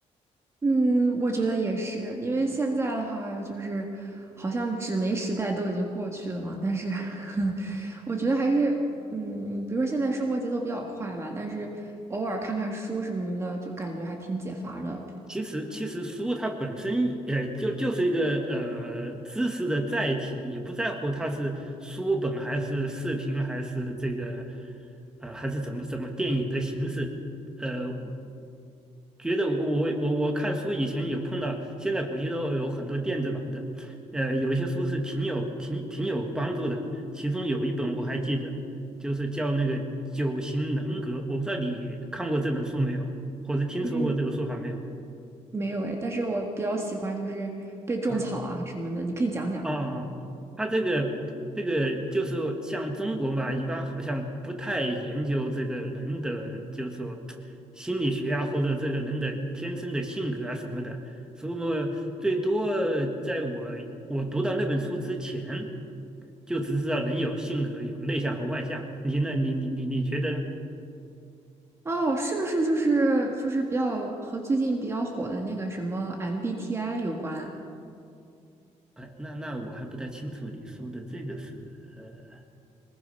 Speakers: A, on the right; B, in the centre.
A: 嗯，我觉得也是，因为现在的话就是好像纸媒时代都已经过去了嘛，但是 <laughs> 我觉得还是嗯，比如说现在生活节奏比较快吧，但是偶尔看看书什么的，就感觉还挺解乏的。
B: 其实，其实书它本身，呃，就就是一个呃知识的载体，也不在乎它是书本还是视频还是这个，呃，还是怎么怎么电影的形式。呃，觉得我我我我看书以前有碰到，现在估计都有很多电子版的，呃，有一些书是挺有挺挺有帮助的。其中有一本我还记得，就是叫那个《九型人格》，我不知道你看过这本书没有，或者听说过这个说法没有？
A: 嗯。没有哎，但是我比较喜欢就是被种草啊什么的，
B: 啊。
A: 你可以讲讲。
B: 啊啊，他这个这个就是像中国嘛，一般好像不太研究这个人的，就是说心理学啊，或者这个人的天生的性格啊什么的。所以我最多在我我读到那本书之前，就只知道人有性格，有内向和外向。你呢？你你你你觉得呢？
A: 哦，是不是就是就是比较和最近比较火的那个什么 MBTI 有关啊
B: 哎，那那我还不太清楚你说的这个是呃